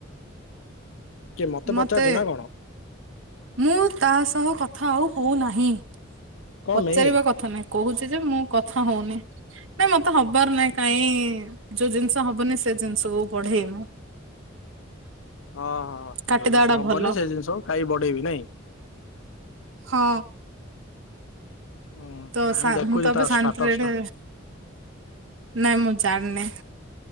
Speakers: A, on the left; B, on the right.
A: କିଏ
B: ମତେ
A: ପଚାରୁଛୁ ନା କଣ
B: ମୁଁ ତା ସହ କଥା ଆଉ ହଉନାହିଁ
A: କଣ
B: ପଚାରିବା
A: ପାଇଁ?
B: କଥା ନାହିଁ। କହୁଚି ଯେ ମୁଁ କଥା ହଉନି। ନାଇଁ ମତେ ହବାର ନାଇଁ କାଇଁ ଯୋଉ ଜିନିଷ ହବନି ସେ ଜିନିଷ କୁ ବଢେଇବି ମୁୁ।
A: ଅ ହ ହ
B: କାଟିଦବାଟା
A: ଯୋଉ ଜିନିଷ ହବନି
B: ଭଲ
A: ସେ ଜିନିଷ କୁ କାଇଁ ବଢେଇବି ନାଇଁ?
B: ହଁ।
A: ହୁଁ
B: ତ
A: ନାଇଁ
B: ସା
A: ଦେଖୁଛି
B: ମୁଁ ତ
A: ତା
B: ଏବେ ଶାନ୍ତିରେ
A: ଷ୍ଟାଟସ
B: ଏଡେ
A: ଟା
B: ନାଇଁ ମୁଁ ଜାଣିନି।